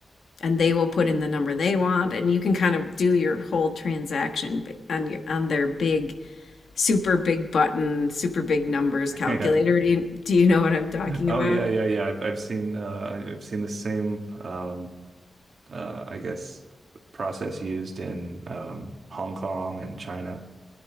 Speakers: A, on the left; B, on the right.
A: and they will put in the number they want, and you can kind of do your whole transaction b- on your on their big, super big button, super big numbers
B: <laughs>
A: calculator.
B: yeah.
A: Do you do you know what I'm talking
B: Oh
A: about?
B: yeah, yeah, yeah. I've I've seen uh, I- I've seen the same um, uh, I guess, process used in um, Hong Kong and China.